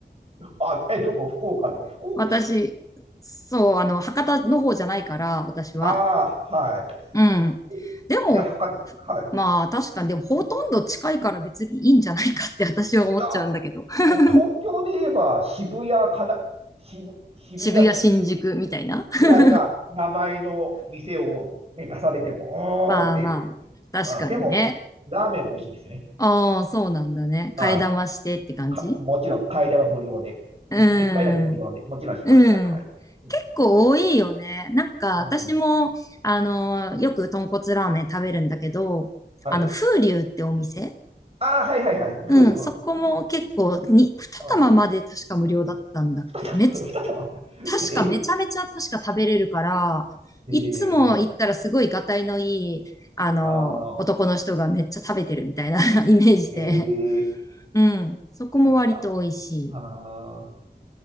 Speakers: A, on the right; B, on the left.
A: あ、え、どこ福岡の、
B: <laughs>
A: 福岡、
B: 私、そう、あの、博多の方じゃないから、私は。
A: ああ、はい。
B: うん。
A: えいや、
B: でも、
A: 博多、
B: ふまあ確かに、
A: はい。
B: でもほとんど近いから別にいいんじゃないかって私は思っちゃうんだけど。
A: いや、
B: <laughs>
A: もう東京で言えば渋谷かな、渋、渋谷新宿
B: 渋谷、新宿みたいな。<laughs>
A: ぐらいな名前の店を、ね、出されても、
B: まあまあ、
A: おーっていう。
B: 確かにね。
A: うん、でも、ラーメン美味しいですね。
B: ああ、そうなんだね。
A: あ
B: 替え玉してって感じ
A: あ、か、もちろん、替え玉無料で。
B: うん。
A: い、一杯だけ無料で、もちろんしました。
B: うん。
A: はい。うん。
B: 結構多いよね。なんか私も、
A: うん。
B: あの、よく豚骨ラーメン食べるんだけど、
A: はい。
B: あの、風流ってお店
A: ああ、はいはいはい。風流、
B: うん、
A: うん。
B: そこも結構に、二玉まで確か無料だったんだっけめっ
A: うん。<laughs> 二玉。<laughs>
B: 確かめちゃめちゃ確か食べれるから、
A: えー、えー、
B: いつも行ったらすごいがたいのいい、あの、
A: あ
B: 男の人がめっちゃ食べてるみたいな <laughs> イメージで。
A: ー、えー、
B: うん。そこも割と美味しい。
A: なんだ。あ